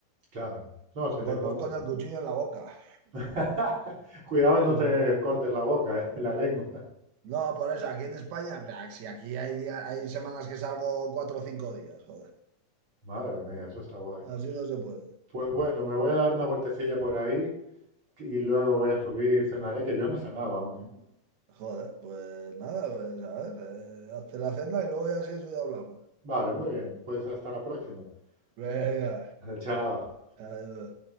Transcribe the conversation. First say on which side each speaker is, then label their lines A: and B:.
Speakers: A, on the right; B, on the right.
A: Claro. No, se
B: voy,
A: te nota.
B: voy con el cuchillo en la boca.
A: <laughs> Cuidado
B: Sí,
A: y no te
B: sí.
A: cortes la boca, eh, <laughs> la lengua.
B: No, por eso, aquí en España, o sea, si aquí hay día- hay semanas que salgo cuatro o cinco días, joder.
A: Madre mía, eso está guay.
B: Así no se puede.
A: Pues bueno, me voy a dar una vueltecilla por ahí y luego voy a subir, cenaré, que yo no he cenado aún, ¿eh?
B: Joder, pues nada, pues a ver, eh, hazte la cena y luego ya si eso ya hablamos.
A: Vale, muy bien. Pues hasta la próxima.
B: Venga,
A: <laughs> Chao.
B: adiós.